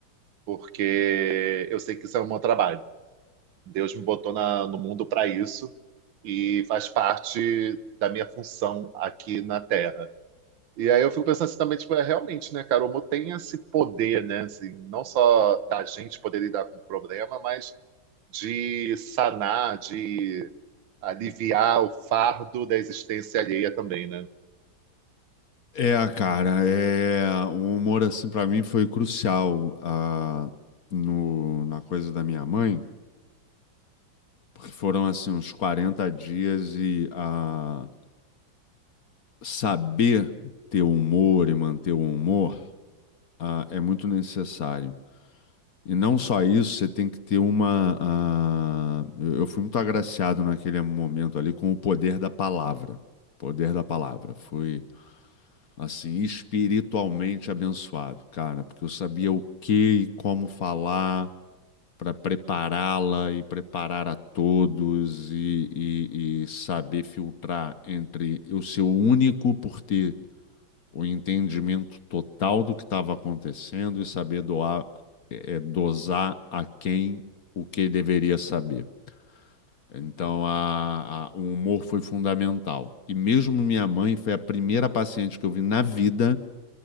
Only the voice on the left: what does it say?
É, cara, é o humor assim pra mim foi crucial ah, no, na coisa da minha mãe, porque foram assim uns 40 dias e ah, saber ter humor e manter o humor ah, é muito necessário. E não só isso, você tem que ter uma. ah, eu eu fui muito agraciado naquele momento ali com o poder da palavra. Poder da palavra. Foi assim, espiritualmente abençoado, cara, porque eu sabia o que e como falar para prepará-la e preparar a todos e, e, e saber filtrar entre eu ser o único por ter o entendimento total do que estava acontecendo e saber doar, é, é, dosar a quem o que deveria saber. Então, a, a- o humor foi fundamental. E mesmo minha mãe foi a primeira paciente que eu vi na vida